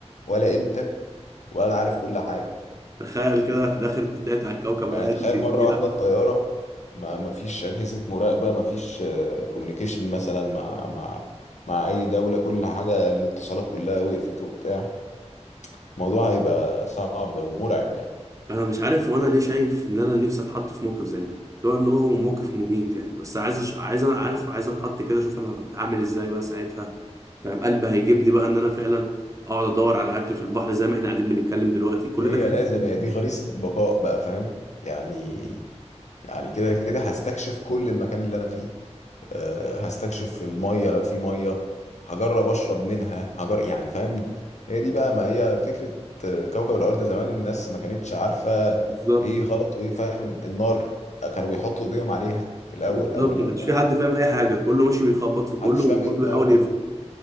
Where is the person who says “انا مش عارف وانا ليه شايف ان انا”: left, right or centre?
Right